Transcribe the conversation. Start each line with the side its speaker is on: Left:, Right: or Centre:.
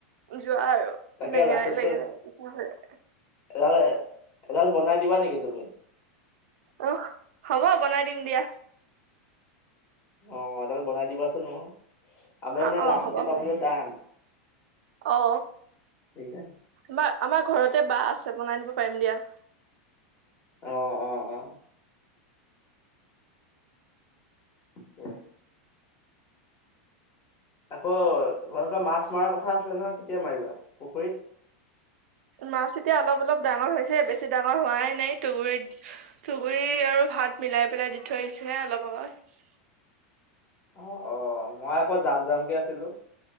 Right: যোৱা আৰু
Left: তাকে
Right: লেঙেৰাাই
Left: লাখুটিডাল
Right: লেঙেৰাাই কি হয়
Left: এডাল এডাল বনাই দিবা নেকি তুমি
Right: আহ হ'ব বনাই দিম দিয়া
Left: অ এড বনাই দিবাচোন অ
Right: অ
Left: আমি
Right: অ
Left: লাখতি
Right: হ'ব হ'ব
Left: পাবো টান
Right: অ
Left: সেইকাৰণে
Right: বা আমাৰ ঘৰতে বা আছে বনাই দিব পাৰিম দিয়া
Left: আহ অ অ হয় আকৌ তোমালোকৰ মাছ মৰাৰ কথা আছিলে নহয় কেতিয়া মাৰিবা পুখুৰীত
Right: মাছ এতিয়া অলপ অলপ ডাঙৰ হৈছে বেছি ডাঙৰ হোৱাই নাই তুগুৰিত ুগুৰি আৰু ভাত মিলাই পেলাই দি থৈ আহিছে হে অলপ অগত
Left: অ অ মই আকৌ যাম যাম কেে আছিলো